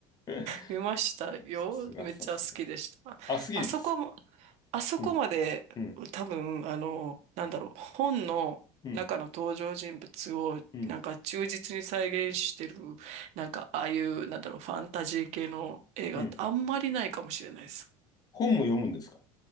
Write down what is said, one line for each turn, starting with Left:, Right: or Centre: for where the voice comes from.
Left: <laughs>
Right: 見ましたよ。
Left: さすが、
Right: めっちゃ好きでした。
Left: さすが。あ、好きです。
Right: あそこも、
Left: 好き
Right: あそこまで多分、
Left: うん、うん、
Right: あの、なんだろう、本の中の登場人物をなんか忠実に再現してる、
Left: うん、うん、
Right: なんかああいう、なんだろう、ファンタジー系の映画ってあんまりないかもしれないです。
Left: うん。本も読むんですか